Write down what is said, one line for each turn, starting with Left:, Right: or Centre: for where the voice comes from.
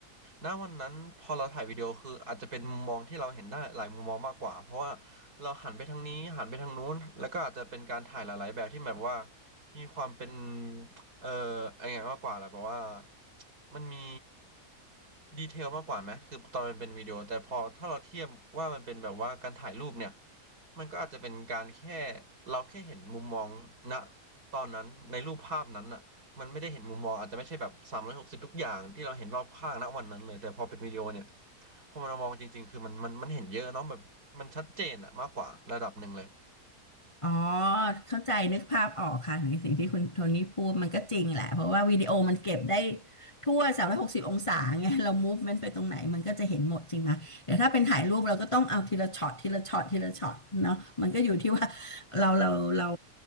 Right: ณวันนั้นพอเราถ่ายวิดีโอคืออาจจะเป็นมุมมองที่เราเห็นได้หลายมุมมองมากกว่าเพราะว่าเราหันไปทางนี้หันไปทางนู้นแล้วก็อาจจะเป็นการถ่ายหลายๆแบบที่แบบว่ามีความเป็น เอ่อไอ้ไงมากกว่าแหละเพราะว่ามันมีดีเทลมากกว่าไหมคือตอนมันเป็นวิดีโอแต่พอถ้าเราเทียบว่ามันเป็นแบบว่าการถ่ายรูปเนี่ยมันก็อาจจะเป็นการแค่เราแค่เห็นมุมมองณตอนนั้นในรูปภาพนั้นอ่ะมันไม่ได้เห็นมุมมองอาจจะไม่ใช่แบบสามร้อยหกสิบทุกอย่างที่เราเห็นรอบข้างณวันนั้นเลยแต่พอเป็นวิดีโอเนี่ยพอมันมามองจริงๆคือมันมันมันเห็นเยอะเนาะแบบมันชัดเจนอะมากกว่าระดับหนึ่งเลย
Left: อ๋อเข้าใจนึกภาพออกค่ะในสิ่งที่คุณโทนี่พูดมันก็จริงแหละเพราะว่าวิดีโอมันเก็บได้ทั่ว360อยหกสิบองศาไงเรามูฟเมนต์ไปตรงไหนมันก็จะเห็นหมดจริงไหมแต่ถ้าเป็นถ่ายรูปเราก็ต้องเอาทีละช็อตทีละช็อตทีละช็อตเนาะมันก็อยู่ที่ว่าเราเราเรา